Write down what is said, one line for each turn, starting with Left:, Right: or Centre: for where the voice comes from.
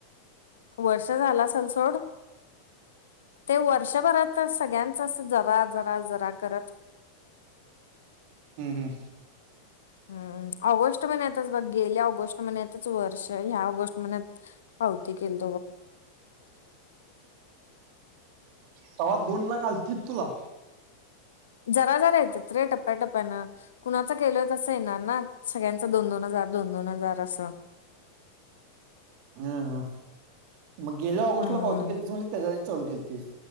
Left: वर्ष झाला असल सोड. ते वर्षभरात सगळ्यांचाच जरा जरा जरा करत
Right: हम्म हम्म
Left: हम्म ऑगस्ट म्हण्यातच बघ गेल्या ऑगस्ट मनतच वर्ष ह्या ऑगस्ट म्ह्यात होौते गेल
Right: सवा दोन लाख आ किततला
Left: जरा जरा यायच्या रे टप्प्याटप्प्यानं कुणाचं केलंय तसं येणार ना सगळ्यां दोन दोन हजार दोन दोन हजार असं
Right: हा हा मग गेल्या ऑगस्टला
Left: हम्म
Right: पावती के तस म्हणजे त्याच्या आ चालू केल तस